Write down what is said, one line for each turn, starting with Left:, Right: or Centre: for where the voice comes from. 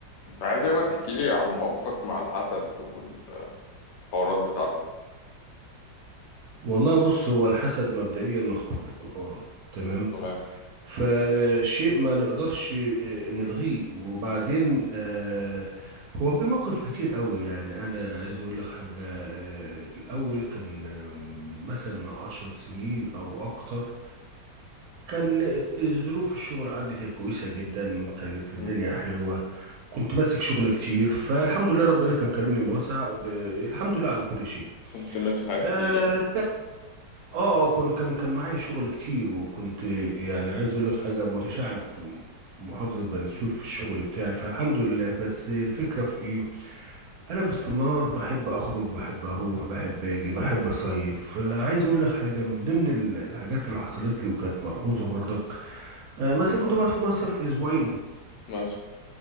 Left: كنت عايزك بقى تحكي لي عن مواقفك مع الحسد والحوارات بتاعته
Right: والله بص هو الحسد مبدئيا مذكور في القرآن تمام
Left: تمام
Right: فشيء ما نقدرش آه، نلغيه وبعدين آه، هو في موقف كتير قوي يعني انا عايز اقول لك حاجة آه، الاول كان آه، من مثلا عشر سنين او اكتر كان ظروف الشغل عندي كانت كويسة جدا كانت الدنيا
Left: مم.
Right: حلوة كنت ماسك شغل كتير فالحمد لله ربنا كان كرمني من واسع ب... الحمد لله على كل شيء
Left: كنت ماسك حاجات
Right: آه
Left: كتير يعني
Right: اه آه، كان كان كان معايا شغل كتير وكنت يعني عايز اقول لك حاجه متشعب في محافظه بني سويف في الشغل بتاعي فالحمد لله بس الفكره في ايه انا باستمرار بحب اخرج بحب اروح بحب اجي بحب اصيف فعايز اقول لك حاجه من ضمن ال- الحاجات اللي حصلت لي وكانت ملحوظه برضك آه مثلا كنت بقعد في مصيف اسبوعين
Left: ماشي